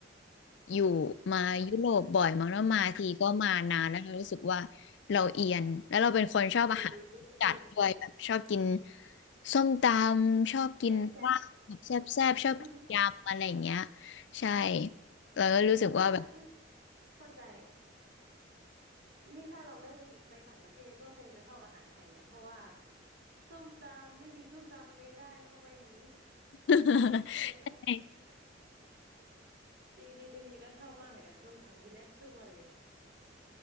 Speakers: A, on the left; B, on the right.
A: อยู่มายุโรปบ่อยมั้งแล้วมาทีก็มานานแล้วเรารู้สึกว่าเราเอียนแล้วเราเป็นคนชอบอาหารจัดด้วยแบบชอบกิน
B: อืม
A: ส้มตำชอบกินลาบแบบแซ่บๆชอบกินยำอะไรอย่างเงี้ย
B: แซ่บแซ่บ <laughs>
A: ใช่เราก็รู้สึกว่าแบบ
B: ถ้านี่เข้าใจนี่ถ้าเราได้ไปอยู่ไปต่างประเทศก็คงจะชอบอาหารไทยแหละเพราะว่าส้มตำไม่มีส้มตำไม่ได้โลกใบนี้
A: <laughs>
B: <laughs> เนาะ
A: ใช่
B: จริงจริงจริงๆก็ชอบมากเหมือนกันส้มตำกินได้ทุกวันเลย